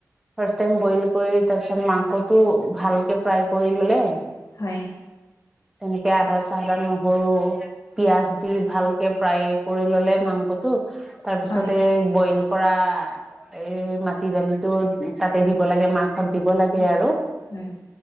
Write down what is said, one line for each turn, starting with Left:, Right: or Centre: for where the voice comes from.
Centre: ফাৰ্ষ টাইম বইল কৰি তাৰপিছত মাংসটো ভালকে ফ্ৰাই কৰি ল'লে।
Left: হয়।
Centre: তেনেকে আদা চাহদা নহৰু পিয়াজ দি ভালকে ফ্ৰাই কৰি ল'লে মাংসটো তাৰপিছতে
Left: হয়।
Centre: বইল কৰা এই মাটি দালিটো তাতে দিব লাগে মা সত দিব লাগে
Left: হয়
Centre: আৰু
Left: হয়।